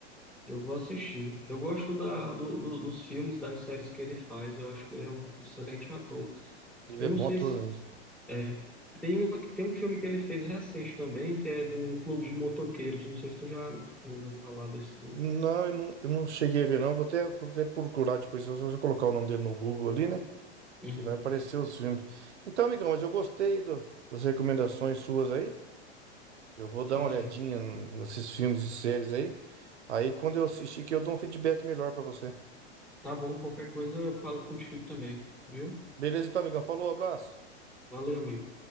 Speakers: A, in the centre; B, on the right (about 85°).
A: Eu vou assistir. Eu gosto da, do, do- dos filmes, das séries que ele faz. Eu acho que ele é um excelente ator.
B: Ele
A: Eu
B: é
A: não
B: bom
A: sei
B: ator
A: se.
B: mesmo.
A: É. Tem um, tem um filme que ele fez recente também, que é de um clube de motoqueiros. Não sei se tu já ouviu falar desse filme.
B: Não, eu não, eu não cheguei a ver, não. Vou até, vou até procurar depois. Eu vou colocar o nome dele no Google ali, né?
A: Uhum.
B: Que vai aparecer os filmes. Então, amigão, mas eu gostei do- das recomendações suas aí. Eu vou
A: Sim,
B: dar uma olhadinha
A: sim.
B: nesses filmes e séries aí. Aí, quando eu assistir, que eu dou um feedback melhor pra você.
A: Tá bom, qualquer coisa eu falo contigo também, viu?
B: Beleza, então, amigão. Falou, abraço.
A: Valeu, amigo.